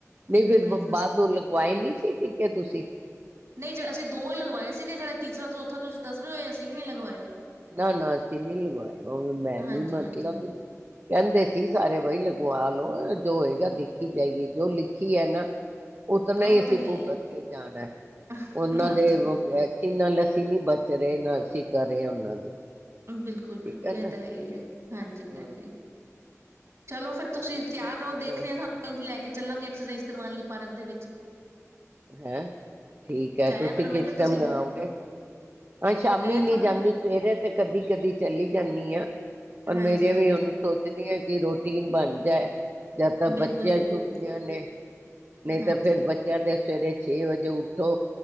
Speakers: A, on the right; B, on the right.
A: ਨਹੀਂ ਫਿਰ
B: ਬਾਈ ਆਪਣਾ
A: ਬਾਅਦ ਦੋ ਲਗਵਾਏ ਨੀ ਸੀ ਟੀਕੇ ਤੁਸੀਂ
B: ਨਹੀਂ ਜ ਅਸੀਂ ਦੋ ਹੀ ਲਗਵਾਏ ਸੀਗੇ ਜਿਹੜਾ ਤੀਸਰਾ ਚੌਥਾ ਤੁਸੀਂ ਦੱਸ ਰਹੇ ਹੋ ਅਸੀਂ ਵੀ ਨੀ ਲਗਵਾਏ
A: ਨਾ ਨਾ ਅਸੀਂ ਨੀ ਲਵਾਏ ਮੈਂ
B: ਹਾਂਜੀ,
A: ਵੀ ਮਤਲਬ
B: ਹਾਂਜੀ
A: ਕਹਿੰਦੇ ਸੀ ਸਾਰੇ ਬਾਈ ਲਗਵਾ ਲੋ ਜੋ ਹੋਏਗਾ ਦੇਖੀ ਜਾਏਗੀ ਜੋ ਲਿਖੀ ਐ ਨਾ ਉਤਨਾ ਹੀ
B: ਉਹ
A: ਅਸੀਂ
B: ਤਾਂ ਹੈ
A: ਭੁਗਤ ਕੇ ਜਾਣਾ
B: ਹੈ
A: ਉਹਨਾਂ
B: ਹਾਂਜੀ
A: ਦੇ <unintelligible> ਅਸੀਂ ਨਾਲ ਅੱਸੀਂ ਨੀ ਬਚ ਰਹੇ ਨਾ ਅਸੀਂ ਕਰ ਰਹੇ ਆ ਉਹਨਾਂ <inaudible>
B: ਬਿਲਕੁੱਲ
A: ਠੀਕ
B: ਬਿਲਕੁੱਲ ਇਹ
A: ਨਾ ਹੂੰ
B: ਤਾਂ ਹੈ ਈ ਐ ਹਾਂਜੀ-ਹਾਂਜੀ ਚਲੋ ਫੇਰ ਤੁਸੀਂ
A: ਇਹ ਤਾਂ
B: ਤਿਆਰ ਰਹੋ
A: ਚੱਲ
B: ਦੇਖਣੇ ਆ ਤੁਹਾਨੂੰ ਵੀਲੈ ਕੇ ਚੱਲਾਂਗੇ ਐਕਸਸਾਈਜ਼ ਕਰਵਾਨ ਲਈ ਪਾਰਕ ਦੇ ਵਿੱਚ
A: ਹੈਂ ਠੀਕ ਹੈ
B: ਜਾਇਆ
A: ਤੁਸੀਂ
B: ਕਰੋ
A: ਕਿਸ
B: ਮੈਂ ਕਿਹਾ
A: ਟਾਈਮ
B: ਤੁਸੀਂ
A: ਜਾਓਗੇ
B: ਵੀ
A: ਹਾਂ ਸ਼ਾਮੀ
B: ਮੈਂ
A: ਨੀ
B: ਤੁਹਾਨੂੰ
A: ਜਾਂਦੀ ਸਵੇਰੇ ਤੇ ਕਦੀ ਕਦੀ ਚੱਲ ਜਾਂਦੀ ਆ ਪਰ
B: ਹਾਂਜੀ
A: ਮੇਰੀ
B: ਹਾਂਜੀ
A: ਵੀ ਹੁਣ ਸੋਚਦੀ ਆ ਕਿ ਰੋਟੀਨ ਬਣ ਜਾੈ ਜਦ ਤਾਂ ਬੱਚਿਆਂ
B: ਬਿਲਕੁਲ ਬਿਲਕੁਲ
A: ਛੁੱਟੀਆਂ ਨੇ ਨਹੀਂ
B: ਹਾਂਜੀ
A: ਤਾਂ ਫੇਿਰ ਬੱਚਿਆਂ ਦੇ ਸਵੇਰੇ ਛੇ ਵਜੇ ਉੱਠੋ